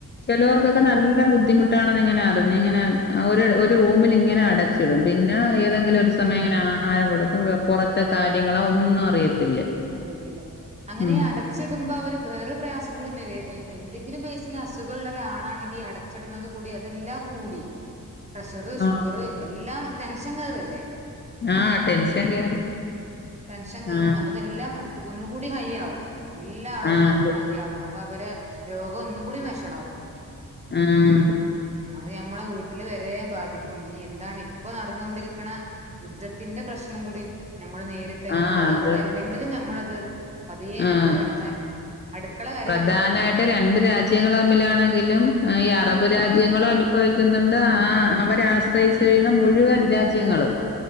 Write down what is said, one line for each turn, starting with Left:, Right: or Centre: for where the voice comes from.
Left: ചെലോർക്കൊക്കെ
Right: ആഹ് ആഹ്
Left: നല്ല ബുദ്ധിമുട്ടാണെന്ന് ഇങ്ങനെ അർഞ്ഞു ഇങ്ങനെ ഒരു ഒരു റൂമില് ഇങ്ങനെ അടച്ച് ച്ച്ടും പിന്നെ ഏതെങ്കിലും ഒരു
Right: ഉം
Left: സമയംങ്ങനെ
Right: ഉം
Left: ആഹ് ആഹാരം കൊടുക്കും പൊറത്തെ കാര്യങ്ങളൊ ഒന്നും അറിയത്തില്ല
Right: അറിയത്തില്ല അങ്ങനെ
Left: ഉം
Right: അടച്ച് ച്ച്ട്മ്പോ അവര് വേറെ പ്രയാസം കൂടി ന്നെ എ എന്തെങ്കിലും ബേസില് അസുഖം ഉള്ളാെരു ആളാണെങ്കി അട ച്ച്ട്ന്നത് കൂടി അതെല്ലാം കൂടി പ്രഷറ് ഷുഗറ്
Left: ആഹ്
Right: എല്ലാം ടെൻഷൻ കേറല്ലേ
Left: ആഹ് ടെൻഷൻ കേറും
Right: ടെൻഷൻ കെറ്ണാ
Left: ആഹ്
Right: അപ്പ ഇതെല്ലാം ഒ ഒന്നും കൂടി ഹൈ ആവും എല്ലാ അളവും
Left: ആഹ്
Right: ഹൈ ആവും അപ് അപ്പ അവരെ രോഗം ഒന്നും കൂടി വെഷളാക്കും
Left: ഉം
Right: ഉം അത് ഞമ്മളെ വീട്ടില് വരെ ബാധിക്കും ഇനി എന്താണ് ഇപ്പൊ നടന്നുകൊണ്ടിരിക്ക്ണ യുദ്ധത്തിന്റെ പ്രശ്നം കുടിം നമ്മൾ നേരിട്ട് ട്ട് നമ്മളത്
Left: ആഹ് ആഹ് അത്
Right: അവ്ടെ അല്ലെങ്കിലും നമ്മളത് പതിയെ ഞമ്മള്
Left: ആഹ്
Right: ഞമ്മളെ അടുക്കള വരെ
Left: പ്രധാനായിട്ട്
Right: അതെത്തി
Left: രണ്ട് രാജ്യങ്ങള് തമ്മിലാണെങ്കിലും ഈ അറബ്
Right: അതെ അതെ
Left: രാജ്യങ്ങളോ പേയിക്കുന്ന്ണ്ട് ആ അ അവരാശ്രയിച്ച് കയ്യ്ന്ന മുഴുവൻ രാജ്യങ്ങളും